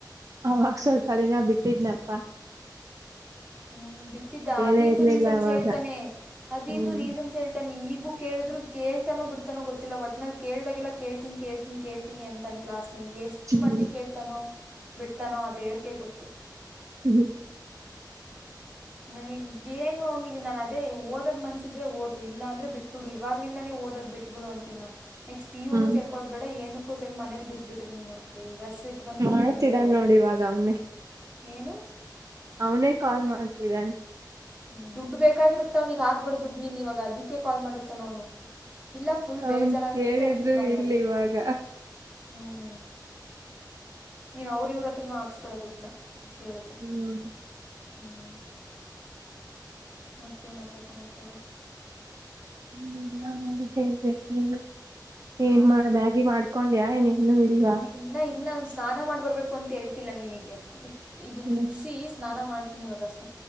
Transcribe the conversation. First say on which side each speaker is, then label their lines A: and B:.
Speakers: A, on the right (about 45°); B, on the right (about 15°).
A: ಅವಾಗ್ ಸ್ವಲ್ಪ ದಿನ ಬಿಟ್ಟಿದ್ನಪ್ಪ
B: ಹ್ಮ್ ಬಿಟ್ಟಿದ್ದ
A: ಹೇಳೇ
B: ಅದ ಇದು
A: ಇರ್ಲಿಲ್ಲ
B: ರೀಸನ್ಸ್
A: ಅವಾಗ
B: ಹೇಳ್ತಾನೆ ಅದ
A: ಹ್ಮ್
B: ಇದು ರೀಸನ್ಸ್ ಹೇಳ್ತ. ತ ಈಗೂ ಕೇಳಿದ್ರು ಕೇಳ್ತಾನೋ ಬಿಡ್ತಾನೋ ಗೊತ್ತಿಲ್ಲ ವಟ್ ನಲ್ಲಿ ಕೇಳ್ದಾಗೆಲ್ಲ ಕೇಳ್ತೀನ್ ಕೇಳ್. ಕೇಳ್ತೀನಿ ಅಂತಂದು ಕ್ಲಾಸ್ನ ಎಷ್ಟು
A: ಹ್ಮ್
B: ಮಟ್ಟಿಗೆ ಕೇಳ್ತಾನೋ ಬಿಡ್ತಾನೋ ಅ ದೇವ್ರಿಗೆ ಗೊತ್ತು.
A: ಹ್ ಹ್.
B: ನನಗ್ ಏನು ಅವ್ನಿಗೆ ನಾನ ಅದೇ ಓದ್ ಮನ್ಸಿದ್ರೆ ಓದು ಇಲ್ಲ ಅಂದ್ರೆ ಬಿಟ್ಬಿಡು ಇವಾಗ್ಲಿಂದಾನೇ ಓದ್ ಬಿಟ್ಟ. ಇಟ್ಬ ಬಿಡು ಅಂತೀ ನಾನು. ನೆಸ್ಟ್ ಪಟಿ ಹೂ
A: ಹ್ಮ್
B: ಸೇರ್ಕೊಳ್ಳೋದ ಬೇಡ ಏನಕ್ಕೋ ಸರಿ ಮೇಲಿ ಬ್ ಬಿಟ್ರು ನೀನು ಅಂತೆ ಈ ಅಷ್ಟ ಇಟ್ ಬಂದಬ ಬಿಡೆ
A: ಮಾಡ್ತಿದಾನ
B: ನನಗರು ಒಂದ.
A: ನೋಡಿ ಇವಾಗ ಅವನ್ನೆ.
B: ಇನು.
A: ಅವನೇ ಕಾಲ್ ಮಾಡ್ತಿದ್ದಾನ.
B: ಹ್ಮ ದುಡ್ ಬೇಕಾಗಿತ್ತ ಅವನಿಗೆಗ ಹಾಕ್ಬಿಡು ದುಡ್ ನೀನ್ ಇವಾಗ ಅದಕ್ಕೆ ಕಾ ಮಾಡಿರ್ತಾನ ಅವ್ನು. ಇಲ್ಲ ಫುಲ್
A: ಅವನ್
B: ಬೇಜಾರಾಗಿರುತ್ತೆ
A: ಕೇಳಿದ್ರು
B: ಅದಕ್ಕೆ ಕಾಲ್
A: ಇಲ್ಲ
B: ಮಾಡಿರ್ತೀನಿ.
A: ಇವಾಗ
B: ಹ್ಮ್ ನೀನ್ ಅವ್ರ ಇವ್ರ ಹತ್ರನು ಹಾಕ್ಸ್ಬೇಡ ದುಡ್ನ ಕೇಳಿದ್ರೆ.
A: ಹ್ಮ್.
B: ಹ್ಮ. ಮತ್ತೇನಪ್ಪ ಸಮಾಚಾರ.
A: ಏನಿದಿಲ್ಲ ನ ಹೇಳ್ಬೇಕು ನೀಗೆ. ಏನ್
B: ನಾವೇನು
A: ಮಾಡ
B: ಹೇಳೋದು
A: ಮ್ಯಾಗಿ ಮಾಡ್ಕೊಂಡ ಯ ಏನ್ ಇನ್ನು ಇಡವಾ.
B: ನಾಇಲ್ಲ ಒಂದು ಸ್ನಾನ ಮಾಡ್ ಬರ್ಬೇಕು ಅಂತ ಹೇಳ್ತಿಲ್ಲ ನಿನಗೆ. ಇದನ್ನ
A: ಹ್ಮ್
B: ಮುಗಿಸಿ ಸ್ನಾನ ಮಾಡ್ತೀನಿ ಇವಾಗಷ್ಟ.